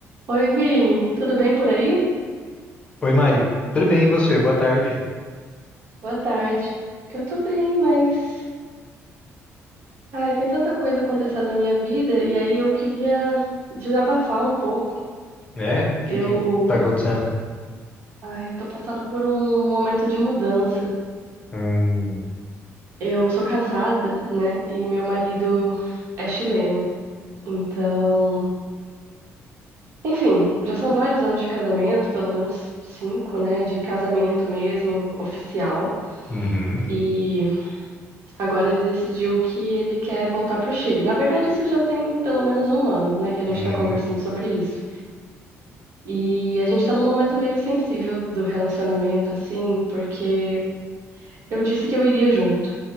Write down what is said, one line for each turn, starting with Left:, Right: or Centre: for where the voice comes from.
Right: Oi, Vini, tudo bem por aí?
Left: Oi, Mari. Tudo bem, e você? Boa tarde.
Right: Boa tarde. Eu tô bem, mas ai, tem tanta coisa acontecendo na minha vida e aí eu queria desabafar um pouco.
Left: É? O
Right: Eu,
Left: que que tá acontecendo?
Right: ai, eu tô passando por um momento de mudança.
Left: Hum,
Right: Eu sou casada, né? E meu marido é chileno. Então, enfim, já são vários anos de casamento, pelo menos cinco, né? De casamento mesmo, oficial.
Left: uhum,
Right: E Agora ele decidiu que ele quer voltar para o Chile. Na verdade, isso já tem pelo menos um ano, né, que a gente
Left: uhum.
Right: está conversando sobre isso. E a gente está num momento meio sensível do relacionamento, assim, porque eu disse que eu iria junto.